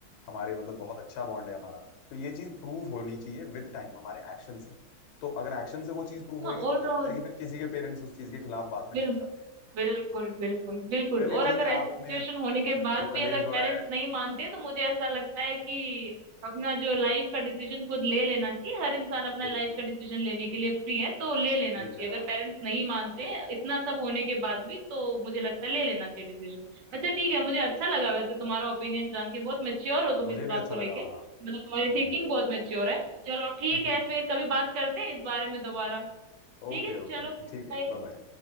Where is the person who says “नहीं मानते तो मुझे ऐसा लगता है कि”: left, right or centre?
Right